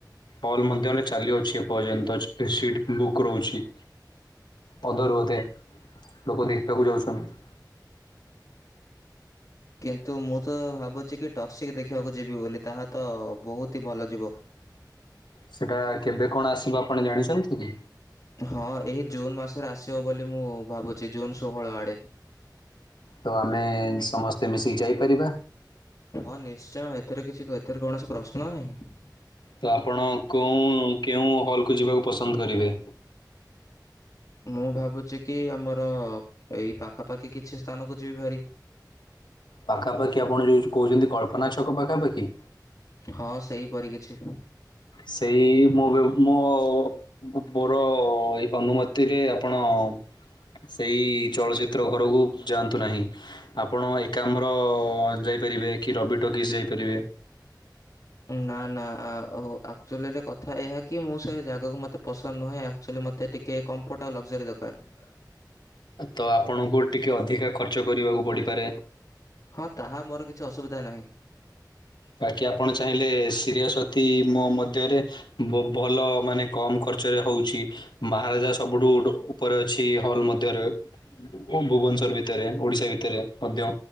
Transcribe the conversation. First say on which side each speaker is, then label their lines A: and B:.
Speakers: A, on the left; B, on the left.
A: ହଲ ମଧ୍ୟରେ ଚାଲିଅଛି ଏପର୍ଯ୍ୟନ୍ତ ସିଟ୍ ବୁକ୍ ରୋହୁଛି। ଅଧାରୁ ଅଧେ ଲୋକୋ ଦେଖିବା କୁ ଯାଉଛନ୍ତି।
B: କିନ୍ତୁ ମୁଁ ତ ଭାବୁଛି କି ଟକ୍ସିକ୍ ଦେଖିବାକୁ ଯିବି ବୋଲି ତାହା ତ ବୋହୁତି ଭଲ ଯିବ।
A: ସେଟା କେବେ କଣ ଆସିବ ଆପଣ ଜାଣିଛନ୍ତିକି।
B: ହଁ ଏଇ ଜୁନ୍ ମାସରେ ଆସିବ ବୋଲି ମୁଁ ଭାବୁଛି ଜୁନ୍ ଶୋହୋଳ ଆଡ଼େ।
A: ତ ଆମେ ସମସ୍ତେ ମିଶିକି ଯାଇପାରିବା।
B: ହଁ ନିଶ୍ଚୟ ହେଥିରେ କିଛି କ ଏଥିରେ କୌଣସି ପ୍ରଶ୍ନ ନାହିଁ।
A: ତ ଆପଣ କୋଉଁ କେଉଁ ହଲ୍ ଯିବାକୁ ପସନ୍ଦ କରିବେ।
B: ମୁଁ ଭାବୁଛି କି ଆମର ଏଇ ପାଖାପାଖି କିଛି ସ୍ଥାନକୁ ଯିବି ଭାରି।
A: ପାଖାପାଖି ଆପଣ ଯୋଉ କୋହୁଛନ୍ତି କଳ୍ପନା ଛକ ପାଖାପାଖି।
B: ହଁ ସେହିପରି କିଛି।
A: ସେଇ ମୁଁ ବି ମୋ <unintelligible> ଏଇ ଅନୁମତିରେ ଆପଣ ସେଇ ଚଳଚ୍ଚିତ୍ର ଘରକୁ ଯାଆନ୍ତୁ ନାହିଁ। ଆପଣ ଏକାମ୍ର ଯାଇପାରିବେ କି ରବି ଟକିସ୍ ଯାଇପାରିବେ।
B: ନାଁ ନାଁ <unintelligible> ଆକ୍ଚୋଲି ରେ ଏହା କି ମୁଁ ସେ ଜାଗାକୁ ମତେ ପସନ୍ଦ ନୁହେଁ ଆକ୍ଚୋଲି ମୋତ ଟିକେ କମ୍ଫୋର୍ଟ ଆଉ ଲଗ୍ଜରି ଦରକାର।
A: ତ ଆପଣଙ୍କୁ ଟିକେ ଅଧିକା ଖର୍ଚ୍ଚ କରିବାକୁ ପଡିପାରେ।
B: ହଁ ତାହା ମୋର କିଛି ଅସୁବିଧା ନାହିଁ।
A: ବାକି ଆପଣ ଚାହିଁଲେ ସିରିଆଶ୍ଵତି ମୋ ମଧ୍ୟରେ ବୋ ଭଲ ମାନେ କମ ଖର୍ଚ୍ଚରେ ହୋଉଛି ମହାରାଜା ସବୁଠୁ ଉପରେ ଅଛି ହଲ ମଧ୍ୟରେ। ଓ ଭୁବନଶ୍ଵର ଭିତରେ ଓଡିଶା ଭିତରେ ମଧ୍ୟ।